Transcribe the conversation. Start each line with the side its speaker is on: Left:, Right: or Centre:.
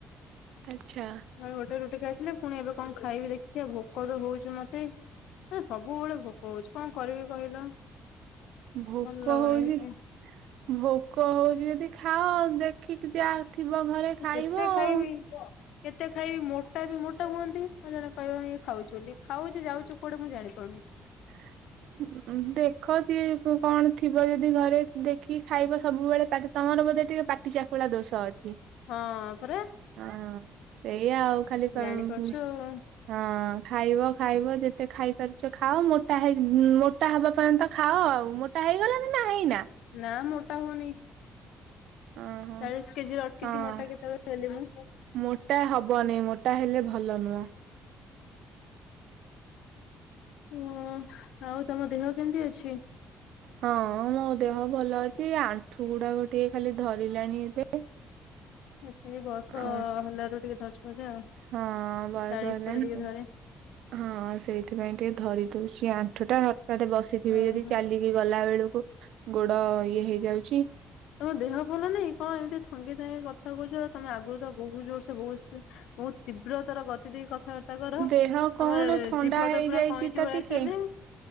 Right: ଆଛା!
Left: ଭାଇ ଗୋଟେ ରୁଟି ଖାଇଥିଲେ। ପୁଣି ଏବେ କଣ ଖାଇବି ଦେଖିବା ଭୋକ ତ ହଉଛି ମତେ ସେ ସବୁବେଳେ ଭୋକ ହଉଛି କଣ କରିବି କହିଲ?
Right: ଭୋକ
Left: ଭଲ ଲାଗୁନି
Right: ହଉଛି
Left: କିଛି।
Right: ଭୋକ ହଉଛି ଯଦି ଖାଅ ଦେଖିକି ଯା ଥିବ ଘରେ ଖାଇବ
Left: କେତେ ଖାଇବି?
Right: ଆଉ।
Left: କେତେ ଖାଇବି ମୋଟା ବି ମୋଟା ହୁଅନ୍ତି ଆଉ ଜଣେ କହିବ ଇଏ ଖାଉଛି ବୋଲି। ଖାଉଛି ଯାଉଛି କୁଆଡେ ମୁଁ ଜାଣି ପାରୁନି।
Right: ହ! ଦେଖ କି କଣ ଥିବ ଯଦି ଘରେ ଦେଖିକି ଖାଇବ ସବୁବେଳେ ପା ତମର ବୋଧେ ଟିକେ ପାଟି ଚାକୁଳା ଦୋଷ ଅଛି।
Left: ହଁ ପରା
Right: ହଁ, ସେଇଆ ଆଉ ଖାଲି ପା-
Left: ଜାଣି ପାରୁଛ ଆଉ।
Right: ହଁ ଖାଇବ ଖାଇବ ଯେତେ ଖାଇପାରୁଛ ଖାଅ ମୋଟା ହେ ମୋଟା ହେବା ପର୍ଯ୍ୟନ୍ତ ଖାଅ ଆଉ ଟା ହେଇଗଲା ନା ହେଇନା?
Left: ନା ମୋଟା ହୁଅନି।
Right: ଓହୋ
Left: ଚାଳିଶ କେଜି ର ଅଟକିଛି
Right: ହଁ
Left: ମୋଟା କେତେବେଳେ ହେଲି ମୁଁ।
Right: ମୋଟା ହବନି ମୋଟା ହେଲେ ଭଲ ନୁହଁ।
Left: ଉମ୍ ଆଉ ତମ ଦେହ କେମିତି ଅଛି?
Right: ହଁ ମୋ ଦେହ ଭଲ ଅଛି ଆଣ୍ଠୁ ଗୁଡାକ ଟିକେ ଖାଲି ଧରିଲାଣି ଏବେ।
Left: <unintelligible>
Right: ଅ
Left: ହେଲାରୁ ଟିକେ ଧରିଛି ବୋଧେ ଆଉ
Right: ହଁ ବାସ୍
Left: ଚାଳିଶ
Right: <unintelligible>
Left: ପରେ ଟିକେ ଧରେ
Right: ହଁ ସେଇଥିପାଇଁ ଟିକେ ଧରି ଦଉଛି ଆଣ୍ଠୁଟା ହଠାତ୍ ବସିଥିବି
Left: ହଁ
Right: ଯଦି
Left: ହଁ।
Right: ଚାଲି ଗଲା ବେଳକୁ ଗୋଡ ଇଏ ହେଇଯାଉଛି।
Left: ତମ ଦେହ ଭଲ ନାଇଁ କଣ ଏମିତି ଥଙ୍ଗି ଥଙ୍ଗି କଥା କହୁଛ ତମେ ଆଗରୁ ତ ବହୁ ଜୋରସେ ବହୁ ବହୁତ ତୀବ୍ରତାର ଗତି ଦେଇ କଥାବାର୍ତ୍ତା ତାକର
Right: ଦେହ
Left: ତମ
Right: କଣ ଥଣ୍ଡା
Left: ଜିଭ
Right: ହେଇଯାଇଛି
Left: ତ ପୁରା କଇଁଚି
Right: ତ
Left: ଭଳିଆ
Right: ଟିକେ
Left: ଚାଲେ।